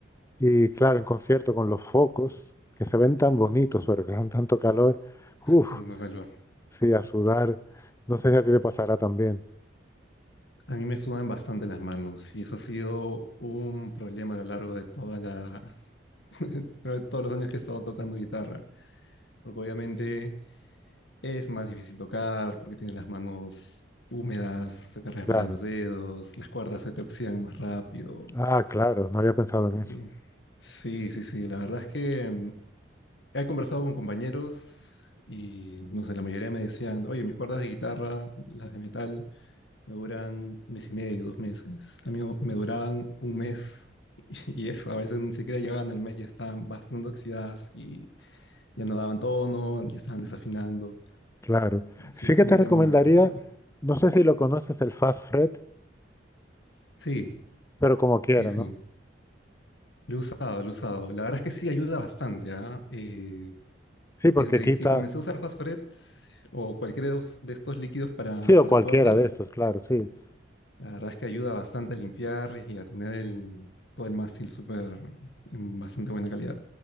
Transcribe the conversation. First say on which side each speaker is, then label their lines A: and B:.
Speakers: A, on the left; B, on the left.
A: Y claro, en concierto con los focos, que se ven tan bonitos, pero que dan tanto calor. Uf,
B: tanto calor.
A: sí, a sudar. No sé si a ti te pasará también.
B: A mí me sudan bastante las manos y eso ha sido un problema a lo largo de toda la, <laughs> creo que todos los años que he estado tocando guitarra, porque obviamente es más difícil tocar, porque tienes las manos húmedas, se te resbalan
A: Claro.
B: los dedos, las cuerdas se te oxidan más rápido.
A: Ah, claro, no había pensado en
B: y-
A: eso.
B: sí, sí, sí, la verdad es que mm, he conversado con compañeros y, no sé, la mayoría me decían, oye, mis cuerdas de guitarra, las de metal, me duran un mes y medio, dos meses. A mí me duraban un mes. <laughs> Y eso, a veces ni siquiera llegaban al mes, ya estaban bastante oxidadas y ya no daban tono, ya estaban desafinando.
A: Claro.
B: Sí,
A: Sí
B: es
A: que
B: un
A: te
B: tema
A: recomendaría,
B: complicado.
A: no sé si lo conoces, el Fast Fret,
B: Sí,
A: pero como quiera,
B: sí, sí.
A: ¿no?
B: Lo he usado, lo he usado. La verdad es que sí ayuda bastante, ¿ah? Eh,
A: Sí,
B: desde
A: porque quita,
B: que comencé a usar Fastfret o cualquiera de los- de estos líquidos para,
A: sí, o
B: para
A: cualquiera
B: cuerdas,
A: de estos, claro, sí.
B: la verdad es que ayuda bastante a limpiar y a tener el, todo el mástil súper en bastante buena calidad.